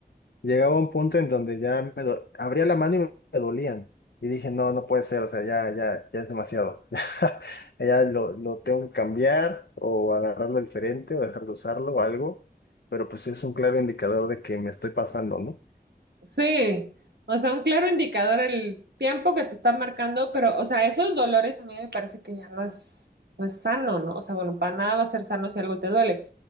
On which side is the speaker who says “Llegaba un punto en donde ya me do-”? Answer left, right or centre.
Left